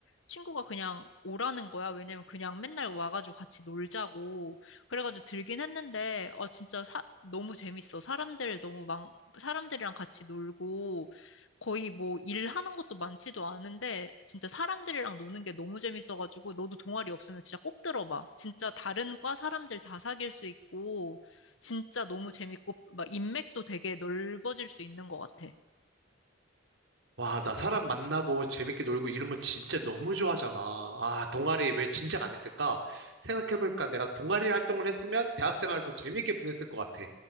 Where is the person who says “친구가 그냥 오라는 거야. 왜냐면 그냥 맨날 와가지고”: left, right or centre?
Left